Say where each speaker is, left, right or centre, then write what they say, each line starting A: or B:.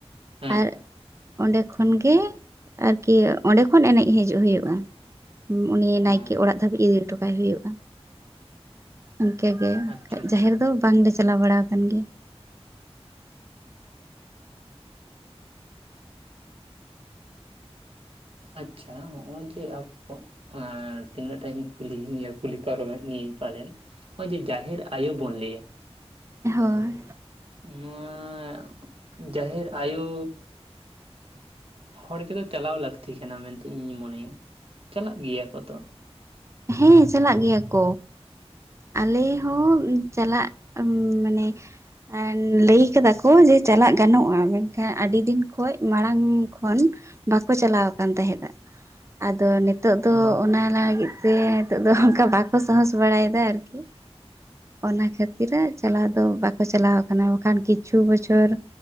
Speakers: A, on the right; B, on the right.
A: ᱦᱩᱸ
B: ᱟᱨ ᱚᱸᱰᱮ ᱠᱷᱚᱱ ᱜᱮ ᱟᱨᱠᱤ ᱚᱸᱰᱮ ᱠᱷᱚᱱ ᱮᱱᱮᱡ ᱦᱤᱡᱩᱜ ᱦᱩᱭᱩᱜ-ᱟ᱾ ᱦᱩ ᱩᱱᱤ ᱱᱟᱭᱠᱮ
A: ᱚ
B: ᱚᱲᱟᱜ ᱫᱷᱟᱹᱵᱤᱡ ᱤᱫᱤ ᱦᱚᱴᱚᱠᱟᱭ ᱦᱩᱭᱩᱜ-ᱟ᱾
A: <inaudible>
B: ᱤᱱᱠᱟᱹ ᱜᱮ
A: ᱟᱪᱪᱷᱟ
B: ᱠᱷᱟᱡ
A: ᱟᱪᱪᱷᱟ
B: ᱡᱟᱦᱮᱨ ᱫᱚ ᱵᱟᱝᱞᱮ ᱪᱟᱞᱟᱣ ᱵᱟᱲᱟ ᱟᱠᱟᱱ ᱜᱮᱭᱟ᱾
A: ᱟᱪᱪᱷᱟ, ᱦᱚᱸᱜ-ᱚᱭ ᱡᱮ ᱟᱵᱚ ᱮ ᱛᱤᱱᱟᱹᱜ ᱴᱟ ᱤᱧ ᱠᱩᱞᱤ, ᱤᱭᱟᱹ ᱠᱩᱞᱤ ᱯᱟᱨᱚᱢ ᱢᱮᱜ ᱢᱤᱭᱟᱹᱧ ᱯᱟᱞᱮᱱ᱾ ᱦᱚᱜ-ᱚᱭ ᱡᱮ ᱡᱟᱦᱮᱨ ᱟᱭᱳ ᱵᱚᱱ ᱞᱟᱹᱭᱟ᱾
B: ᱦᱳᱭ
A: ᱱᱚᱣᱟ ᱡᱟᱦᱮᱨ ᱟᱭᱳ ᱦᱚᱲ ᱠᱚ ᱫᱚ ᱪᱟᱞᱟᱣ ᱞᱟᱹᱠᱛᱤ ᱠᱟᱱᱟ ᱢᱮᱱᱛᱮ ᱤᱧᱤᱧ ᱢᱚᱱᱮᱭᱟ, ᱪᱟᱞᱟᱜ ᱜᱮᱭᱟ ᱠᱚ ᱛᱚ᱾
B: ᱦᱮᱸ, ᱪᱟᱞᱟᱜ ᱜᱮᱭᱟ ᱠᱚ᱾ ᱟᱞᱮ ᱦᱚᱸ ᱪᱟᱞᱟᱜ, ᱢᱟᱱᱮ ᱮᱱ ᱞᱟᱹᱭ ᱠᱟᱫᱟ ᱠᱚ ᱡᱮ ᱪᱟᱞᱟᱜ ᱜᱟᱱᱚᱜ-ᱟ, ᱢᱮᱱᱠᱷᱟᱱ ᱟᱹᱰᱤ ᱫᱤᱱ ᱠᱷᱚᱱ ᱢᱟᱲᱟᱝ ᱠᱷᱚᱱ᱾ ᱵᱟᱠᱚ ᱪᱟᱞᱟᱣ ᱟᱠᱟᱱ ᱛᱟᱦᱮᱸᱫ-ᱟ, ᱟᱫᱚ ᱱᱤᱛᱚᱜ ᱫᱚ
A: ᱦᱩᱸ
B: ᱚᱱᱟ ᱞᱟᱹᱜᱤᱫ ᱛᱮ ᱱᱤᱛᱚᱜ ᱫᱚ ᱚᱱᱠᱟ ᱵᱟᱠᱚ ᱥᱟᱸᱦᱚᱥ ᱵᱟᱲᱟᱭᱫᱟ ᱟᱨᱠᱤ᱾ ᱚᱱᱟ ᱠᱷᱟᱹᱛᱤᱨᱟ ᱪᱟᱞᱟᱣ ᱫᱚ ᱵᱟᱠᱚ ᱪᱟᱞᱟᱣ ᱠᱟᱱᱟ ᱵᱟᱠᱷᱟᱱ ᱠᱤᱪᱷᱩ ᱵᱚᱪᱷᱚᱨ